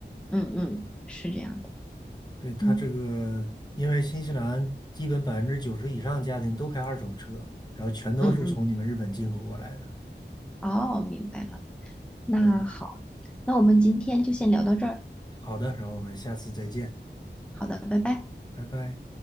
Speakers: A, in the centre; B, on the left (about 20°).
A: 嗯嗯，是这样的。
B: 对，他这个，
A: 嗯
B: 因为新西兰基本百分之九十以上家庭都开二手车，然后全都是从你们日本进口过来的。
A: 嗯嗯，哦，明白了。那好，
B: 对，
A: 那我们今天就先聊到这儿。
B: 好的，然后我们下次再见，
A: 好的，拜拜。
B: 拜拜。